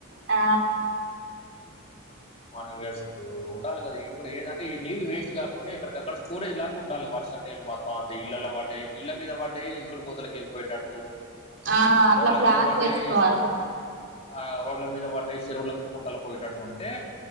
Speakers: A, on the right (about 60°); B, on the left (about 30°).
A: ఆ
B: మనం వేసి ఇప్పుడు ఉండాలి కదా ఇవి కూడా ఏందటే ఈ నీళ్ళు వేస్ట్ కాకుండా ఇక్కడిక్కడ స్టోరేజ్ లాగా ఉండాలి వర్ష నీళ్ళు మా తవాత ఇళ్ళలో పడ్డయి ఇళ్ళ మీద పడ్డయి ఇంకుడు పోతలకి ఎళ్ళిపోయేటట్టు
A: ఆ అట్లా
B: రోడ్ల
A: ప్లాన్
B: మీద పడయి
A: చేసుకోవాలి
B: ఆ రోడ్ల మీద పడ్డయి చెరువులకు కుంటలకు పోయేటట్టు ఉంటే